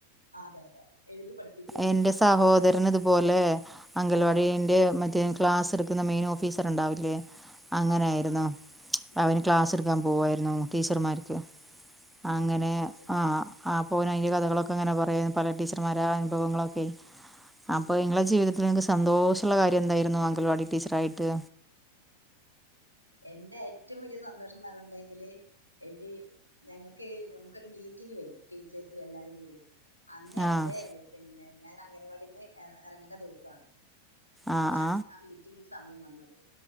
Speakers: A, on the right (about 80°); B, in the centre.
A: ആ, അതെ അതെ എഴുതി പഠിപ്പിക്കരുത്
B: എന്റെ
A: എന്നാണ്
B: സഹോദരൻ
A: കുട്ടികളെ
B: ഇതുപോലെ അംഗൽവാടിന്റെ
A: ആ
B: മ ക്ലാസ് എടുക്കുന്ന മെയിൻ ഓഫീസർണ്ടാവില്ലേ അങ്ങനെ
A: ആ
B: ആരുന്നു
A: ശരി. ഉം,
B: അവന് ക്ലാസ് ക്കാൻ പോവയിരുന്നു ടീച്ചർമാര്ക്ക്
A: ഉം,
B: അങ്ങനെ
A: ആ ശരി
B: ആ ആ ഓൻ അയിന്റെ കഥകളൊക്കെ ങ്ങനെ പറയാ പല ടീച്ചർമാരുടെ അനുഭവങ്ങളൊക്കെ
A: ഉം,
B: അപ്പൊ
A: ഉം.
B: ഇങ്ങളെ ജീവിതത്തിൽ ഇങ്ങക്ക് സ് സന്തോഷള്ള കാര്യം എന്തായിരുന്നു അംഗൽവാടി ടീച്ചറായിട്ട്
A: എന്റെ ഏറ്റവും വലിയ സന്തോഷംന്ന് പറയ്ണ്ടങ്കില് എനി ഞങ്ങക്ക് നമുക്കൊരു മീറ്റിംഗ് വരും ടീച്ചേഴസ് എല്ലാരും കൂടി അന്ന്
B: ആഹ്
A: എന്റെ പിന്നെ ഞാൻ അംഗൻവാടിന്ന് എ എറങ്ങേണ്ട ദിവസാ
B: ആഹ്
A: അന്നാണ്
B: ആഹ്
A: ആ മീറ്റിങ്ങിൽ സമയം വന്നത്